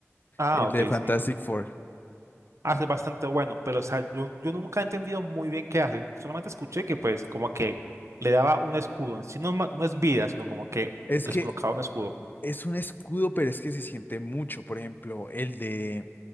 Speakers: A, on the right; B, on the left.
A: Ah,
B: el
A: ok,
B: de Fantastic
A: sí.
B: Four.
A: Hace bastante bueno, pero o sea, yo, yo nunca he entendido muy bien qué hace. Solamente escuché que pues como que le daba un escudo. En sí no, es ma- no es vida, sino como que
B: Es
A: les
B: que
A: colocaba un escudo.
B: Es un escudo, pero es que se siente mucho. Por ejemplo, el de